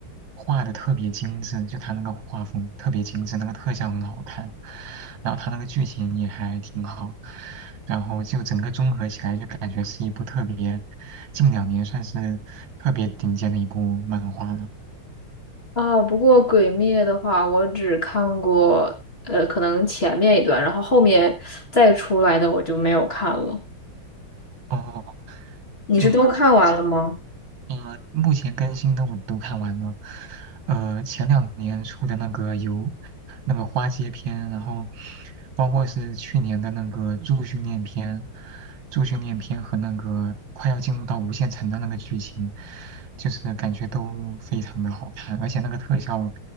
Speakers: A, on the right; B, on the left.
A: 画的特别精致，就他那个画风特别精致，那个特效很好看，然后他那个剧情也还挺好，然后就整个综合起来就感觉是一部特别近两年算是特别顶尖的一部漫画了。
B: 啊，不过《鬼灭》的话，我只看过呃，可能前面一段，然后后面再出来的我就没有看了。
A: 哦，
B: 你是都看完了吗？
A: 嗯，我记得呃，目前更新的我都看完了。呃，前两年出的那个游，那个花街篇，然后包括是去年的那个助训练篇，助训练篇和那个快要进入到无限城的那个剧情，就是感觉都非常的好看，而且那个特效